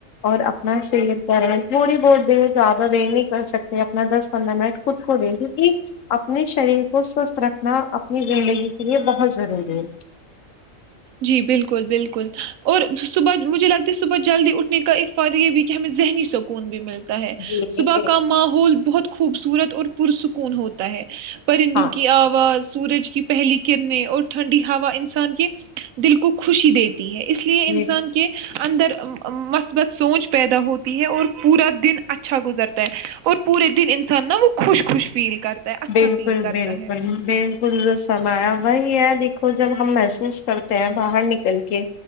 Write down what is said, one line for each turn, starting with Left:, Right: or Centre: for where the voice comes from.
Left: اور اپنا سیر کریں تھوڑی بہت <unintelligible> د زیادہ دیر نہیں کر سکتے اپنا دس پندرہ منٹ خود کو دے کیونکہ اپنے شریر کو سوستھ رکھنا اپنی زندگی کے لیے بہت ضروری ہے
Right: جی بالکل بالکل اور صبح مجھے لگتا ہے صبح جلدی اٹھنے کا ایک فائدہ یہ بھی کہ ہمیں ذہنی سکون بھی ملتا ہے
Left: جی جی
Right: صبح
Left: بالکل
Right: کا ماحول بہت خوبصور <unintelligible> سورت اور پرسکون ہوتا ہے <unintelligible> پرندوں
Left: ہاں
Right: کی آواز <unintelligible> سورج کی پہلی کرنیں اور ٹھنڈی ہوا انسان کے دل کو خوشی دیتی ہے اس لیے
Left: جی
Right: انسان کے اندر مثبت سونچ پیدا ہوتی ہے اور پورا دن اچھا گزرتا ہے اور پورے دن انسان نہا وہ خوش خوش فیل کرتا ہے اچھا
Left: بالکل
Right: فیل کرتا
Left: بالکل
Right: ہے
Left: بالکل فمایا وہی ہے دیکھو جب ہم محسوس کرتے ہیں باہر نکل کے